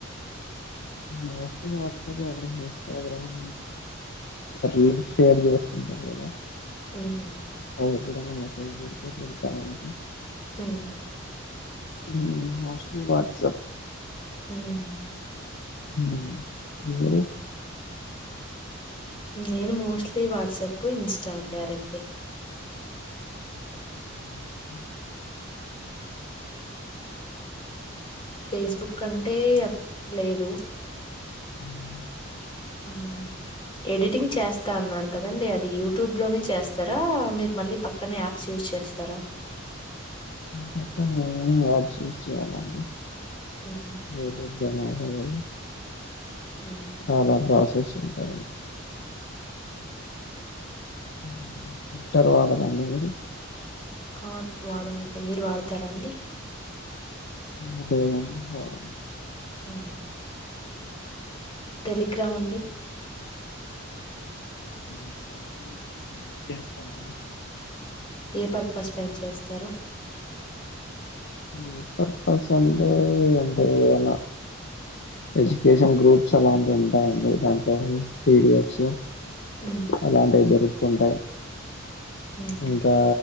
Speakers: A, on the left; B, on the left.
A: మోస్ట్లీ వాట్సాపే అండి ఇన్స్టాగ్రామ్ రీల్స్ షేర్ చేస్తుంటారు కదా.
B: ఉమ్
A: అట్లా ఎప్పుడైనా మెసేజ్ పెడితే పెడతామండి.
B: ఉహ్మ్.
A: హ్మ్ మోస్ట్లీ వాట్సాప్.
B: ఉమ్
A: ఉహ్మ్ మీరు.
B: నేను మోస్ట్లీ వాట్సాపే ఇన్స్టా అంతే ఆ రెండే.
A: Okay okay.
B: ఫేస్బుక్ అంటే అక్ లేదు.
A: హ్మ్
B: హా ఎడిటింగ్ చేస్తా అన్నారు కదండి! అది యూట్యూబ్ లోనే చేస్తారా, మీరు మళ్ళీ పక్కనే యాప్స్ యూస్ చె చేస్తారా?
A: మ్ పక్కన ఏవైనా యాప్స్ యూస్ చేయాలండి.
B: ఉమ్
A: యూట్యూబ్లోన ఆడవై
B: ఉమ్
A: అలా ప్రాసెస్ ఉంటది.
B: మ్
A: హ్మ్ ట్విట్టర్ వాడరా అండి మీరు?
B: ఆ వాడనండి మీరు వాడతారా అండి?
A: ఉమ్ లేదండి వాడను.
B: ఉహ్మ్ టెలిగ్రామ్ అండి.
A: టెలిగ్రామ్ చేస్తా అండి.
B: ఏ పర్పస్ పైన చేస్తారు?
A: మ్ పర్పస్ అంటే ఏంటో ఐన ఎజ్యుకేషన్ గ్రూప్స్ అలాంటివి ఉంటాయండి. దాంట్లో పిడిఎఫ్ సో
B: హ్మ్.
A: అలాంటివి దొరుకుతుంటాయి.
B: హ్మ్.
A: ఇంకా!